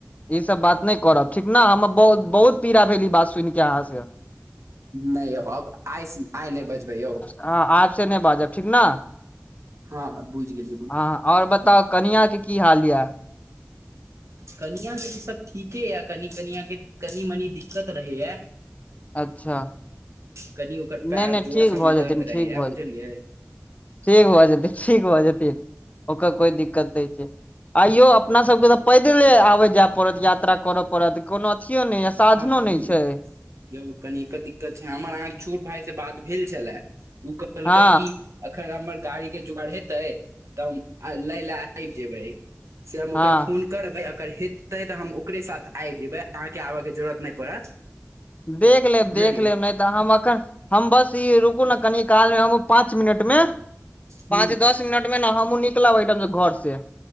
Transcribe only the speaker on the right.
नैय यौ हम आइस -आइ नैय बजबै यौ
ह बुइझगेलियौ
कनिया के तऽ सब ठीके या कनि कनिय के कनि मनी दिक्कत रहै या
कनि ओकर पैर
जोड़ा
सबमे
दर्द रहैया
बुझलियै
हँ कनि
ई यौ कनि के दिक्कत छै हमर अहाँ के छोट भाय से बात भेल छेलाऽ ओ कहलकै
कि अखन हमर गाड़ी के जुगाड़ हेतै तऽ हम आय लैय ले आबि जेबै से हम
ओकरा फोन करबै ओकर हेतै तऽ हम ओकरे साथ आइ जेबै अहाँके आब के जरूरत नैय पड़त
बुझलियै
हूँ